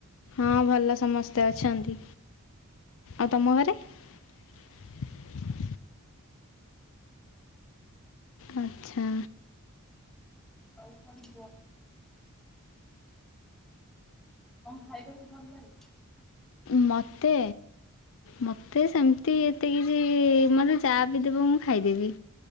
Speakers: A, on the left; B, in the centre.
A: ହଁ ଭଲ ସମସ୍ତେ ଅଛନ୍ତି। ଆଉ ତମ ଘରେ? <inaudible> ଆଚ୍ଛା।
B: ଅଉ କଣ କୁହ? କଣ ଖାଇବାକୁ ଭଲ ଲାଗୁଛି।
A: ମୋତେ। ମତେ ସେମିତି ଏତେ କିଛି ମତେ ଯହା ବି ଦେବ ମୁଁ ଖାଇଦେବି।